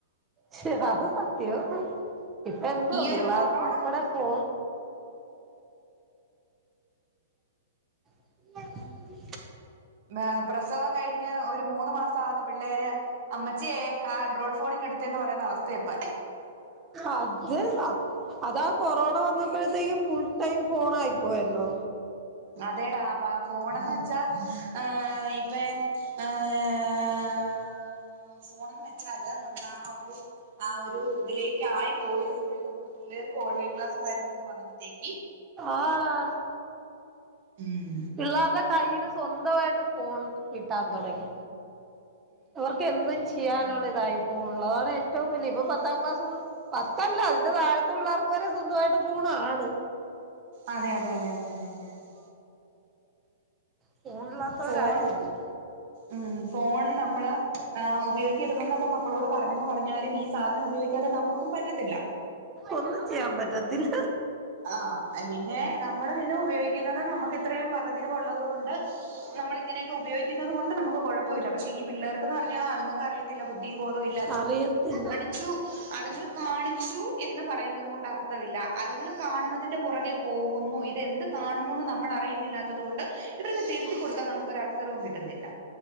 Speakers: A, on the right (about 15°); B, on the right (about 45°).
A: ശെടാ അത് സത്യം. ഇപ്പ എന്തോ
B: ഈ
A: പിള്ളേർക്കു
B: ഒരു കൊറോണ
A: ഉൾപ്പെടെ ഫോൺ <unintelligible>
B: ആഹ്, പ്രസവം കഴിഞ്ഞ് ഒരു മൂന്ന് മാസാവുന്നെ പിള്ളേരെ അമ്മച്ച്യേ ആൻഡ്രോഡ് ഫോണിങ്ങെടുത്തേന്ന് പറയുന്ന അവസ്ഥയാ ഇപ്പ
A: അത് അ അതാ കൊറോണ വന്നപ്പോഴത്തേക്കും ഫുൾ ടൈം ഫോണായി പോയല്ലോ.
B: അതേടാ ഫ ഫോണെന്ന് വെച്ചാ ഏഹ്, ഇപ്പെ ഏഹ്. ഏ ഫോണന്ന് വെച്ചാല്, നമ്മടെ ആഹ് ഒരു ആഹ് ഒരു ഇതിലേയ്ക്കായിപ്പോയ്ത് ഫുള്ള് നമക്ക് പിള്ളേർക്ക് ഓൺലൈൻ ക്ലാസ്സ്‌ കാര്യങ്ങളൊക്കെ വന്നപ്പത്തേയ്ക്ക്
A: ആണാണ്.
B: ഉം.
A: പിള്ളാര്ടെ കയ്യില് സ്വന്തവായിട്ട് ഫോൺ കിട്ടാൻ തൊടങ്ങി. അവർ എന്തും ചെയ്യാനുള്ള ഇതായി ഫോൺള്. അതാണ് ഏറ്റവും വല്യ ഇപ്പം പത്താം ക്ലാസ് മു പത്തല്ല അതിന്റെ താഴത്തെ പിള്ളാർക്ക് വെരെ സ്വന്തവായിട്ട് ഫോണാണ്.
B: അതെ അതെ അതെ അതെ അതെ യതെ യതെ യതെ
A: ഫോണ്ള്ളാത്തവരാരു
B: ഫോൺ
A: ഇല്ല <unintelligible>
B: ഉം ഫോൺ നമ്മള് ആഹ്, ഉപയോഗിക്കരുതെന്നൊക്കെ മ ക്കളോട് പറഞ്ഞെന്ന് പറഞ്ഞാലും ഈ സാധനം ഉപയോഗിക്കാതെ നമ്മക്കും പറ്റത്തില്ല.
A: ഒന്നും ചെയ്യാൻ പറ്റത്തില്ല
B: ആഹ് പിന്നെ നമ്മള് പിന്നെ ഉപയോഗിക്കുന്നത് നമ്മുക്ക് ഇത്രയും വകതിരിവുള്ളത് കൊണ്ട് നമ്മളിങ്ങനെയൊക്കെ ഉപോഗിക്കുന്നതുകൊണ്ട് നമുക്ക് കുഴപ്പമില്ല പക്ഷെ ഈ പിള്ളേർക്കെന്ന് പറഞ്ഞാ അതങ്ങൾക്ക് അറിയത്തില്ല ബുദ്ധിയും ബോധവുമില്ല
A: അറിയത്തില്ല
B: ച്ചു അതങ്ങള് കാണിച്ചു എന്ന് പറയുന്നത് കൊണ്ട് അർത്ഥമില്ല അതങ്ങള് കാണുന്നതിന്റെ പുറകെ പോകുന്നു ഇതെന്ത് കാണുന്നു എന്ന് നമ്മൾ അറിയുന്നില്ലാത്തതു കൊണ്ട് ഇവർക്ക് തിരുത്തി കൊടുക്കാൻ നമുക്കൊരു അവസരവും കിട്ടുന്നില്ല